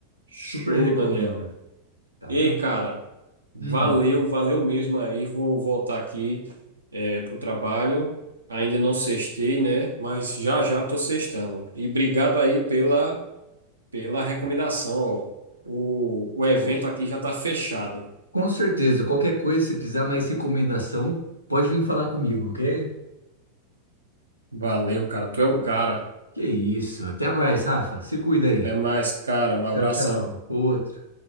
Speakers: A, on the right; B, on the left.
A: Show,
B: Super recomendo,
A: Daniel.
B: tá?
A: Ei, cara, valeu,
B: Hum,
A: valeu mesmo aí. Vou voltar aqui, é, pro trabalho. Ainda não sextei, né? Mas já já tô sextando. E obrigado aí pela pela recomendação, ó. O, o evento
B: com
A: aqui já está fechado.
B: com certeza. Qualquer coisa, se precisar mais recomendação, pode vir falar comigo, ok?
A: Valeu, cara. Tu é o cara.
B: Que isso. Até mais, Rafa. Se cuida aí.
A: Até mais, cara. Um
B: Tchau,
A: abração.
B: tchau. Outro.